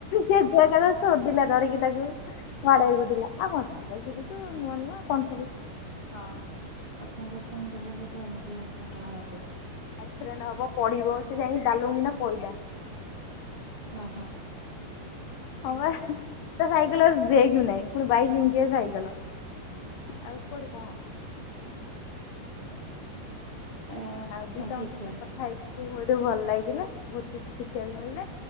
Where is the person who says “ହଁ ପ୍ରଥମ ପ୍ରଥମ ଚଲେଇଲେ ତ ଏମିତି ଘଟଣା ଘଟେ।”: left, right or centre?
Right